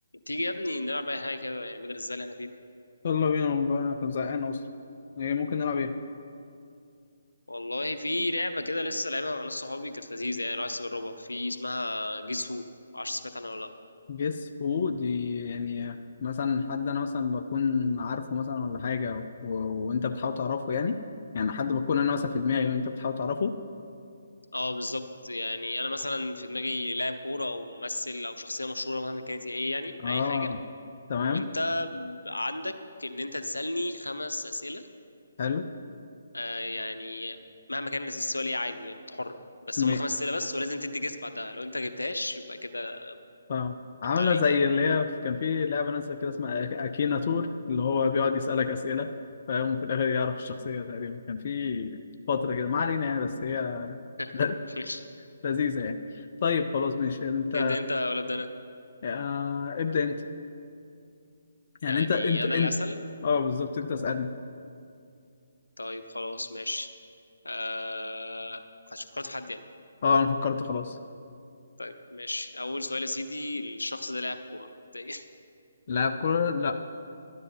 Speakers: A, on the left; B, on the left.
A: تيجي يا ابني نلعب اي حاجه كده يعني بدل الزل اللي احنا فيه ده
B: يلا بينا والله انا كنت زهقان اصلا ايه ممكن نلعب ايه
A: والله في لعبه كده لسه لعبها مع ناس صحابي كانت لذيذه يعني لو عايز تجربها في اسمها جيس هو معرفش سمعت عنها ولا لا
B: جيس هو دي يعني مثلا حد انا مثلا بكون عارفه مثلا ولا حاجه و... وانت بتحاول تعرفه يعني يعني حد بكون انا مثلا في دماغي وانت بتحاول تعرفه
A: اه بالظبط يعني انا مثلا في دماغي لاعب كوره او ممثل او شخصيه مشهوره مهما كانت هي ايه يعني
B: اه
A: اي حاجه
B: تمام
A: وانت ب- عندك ان انت تسالني خمس اسئله
B: حلو
A: آه يعني مهما كان السؤال ايه عادي يعني انت حر بس
B: م...
A: هم خمس اسئله بس ولازم تدي جيس بعدها لو انت جبتهاش يبقى كده
B: فاهم عامله
A: انت عليك
B: زي
A: يعني
B: اللي هي كان في لعبه نازله كده اسمها أك- اكينا تور اللي هو بيقعد يسالك اسئله فاهم وفي الاخر يعرف الشخصيه تقريبا كان في فتره كده ما علينا يعني بس هي <laughs>
A: <laughs>
B: ل-
A: ماشي.
B: لذيذه يعني طيب خلاص ماشي انت
A: تبدا انت ولا ابدا انا
B: آه، ابدأ انت يعني
A: يعني
B: انت انت
A: انا
B: انت
A: اللي هسأل
B: اه بالظبط انت اسألني
A: طيب خلاص ماشي أه... هش- فكرت في حد يعني
B: اه انا فكرت خلاص
A: طيب ماشي اول سؤال يا سيدي الشخص ده لاعب كورة مبدئيا
B: لاعب كورة لا